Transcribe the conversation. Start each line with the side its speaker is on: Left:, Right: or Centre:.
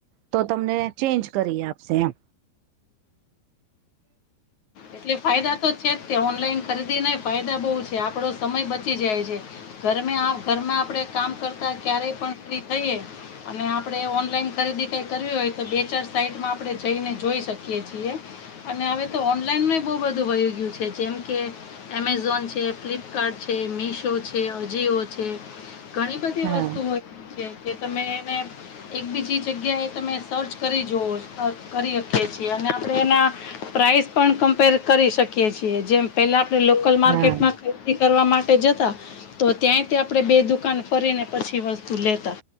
Right: તો તમને ચેન્જ કરી આપશે એમ
Left: એટલે ફાયદા તો છે જ તે ઓનલાઈન ખરીદીનાય ફાયદા બહુ છે આપડો સમય બચી જાય છે. ઘરમે આમ ઘરમાં આપડે કામ કરતા ક્યારેય પણ ફ્રી થઈએ અને આપડે ઓનલાઈન ખરીદી કઈ કરવી હોય તો બે ચાર સાઈટમાં આપડે જઈને જોઈ શકીએ છીએ. અને હવે તો ઓનલાઈનમાં બો બધું વઈ ગયું છે, જેમ કે એમેઝોન છે, ફ્લિપકાર્ટ છે, મીશો છે, અજીિયો છે. ઘણી બધી
Right: હા
Left: વસ્તુ હોય છે જે તમે એને એક બીજી જગ્યા એ તમે સર્ચ કરી જોવો સચૅ કરી હકીએ છીએ અને આપડે એના પ્રાઇસ પણ કમ્પેર કરી શકીએ છીએ. જેમ પેલા આપણે લોકલ માર્કેટમાં
Right: હા
Left: ખરીદી કરવા માટે જતા તો ત્યાંય તે આપડે બે દુકાન ફરીને પછી વસ્તુ લેતા